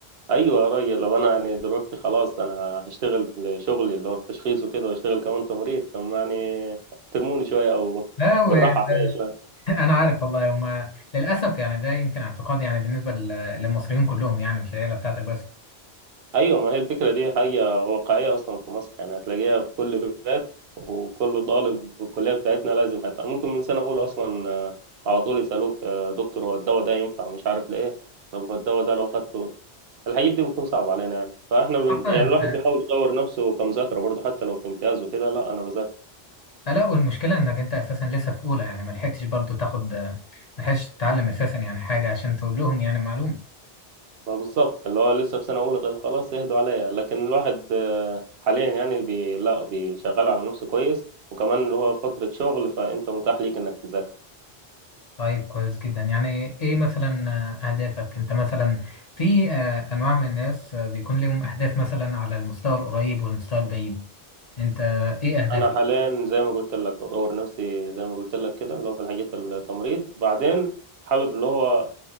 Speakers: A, on the right; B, on the left.
A: ايوه يا راجل لو انا يعني دلوقتي خلاص انا هشتغل في شغلي اللي هو التشخيص وكده واشتغل كمان تمريض طب ما يعني احترموني شويه او
B: لا وأنا
A: بالراحه عليا شويه
B: <laughs> عارف والله هما للأسف يعني ده يمكن اعتقاد يعني بالنسبة لل- للمصريين كلهم يعني مش العيلة بتاعتك بس
A: ايوه ما هي الفكره دي حاجه واقعيه اصلا في مصر يعني هتلاقيها في كل بيت وكل طالب في الكليه بتاعتنا لازم حتى ممكن من سنه اولى اصلا آه، على طول يسالوك آه، دكتور هو الدواء ده ينفع مش عارف ليه طب هو الدواء ده لو خدته الحاجات دي بتكون صعبه علينا يعني فاحنا بن...
B: حتى
A: يعني
B: أنت
A: الواحد بيحاول يطور نفسه كمذاكره برضه حتى لو في امتياز وكده لا انا بذاكر
B: لا والمشكلة إنك أنت أساسا لسه في أولى يعني ما لحقتش برضه تاخد ما لحقتش تتعلم أساسا يعني حاجة عشان تقول لهم يعني معلومة
A: ما بالظبط اللي هو لسه في سنه اولى طيب خلاص اهدوا عليا لكن الواحد آه، حاليا يعني بي... لا بيشغل على نفسه كويس وكمان اللي هو فتره شغل فانت متاح ليك انك تذاكر
B: طيب كويس جدا يعني ايه مثلا آه، اهدافك انت مثلا في آه، انواع من الناس آه، بيكون لهم اهداف مثلا على المستوى القريب والمستوى البعيد انت ايه اهدافك
A: انا حاليا زي ما قلت لك بطور نفسي زي ما قلت لك كده اللي هو في الحاجات التمريض بعدين حابب اللي هو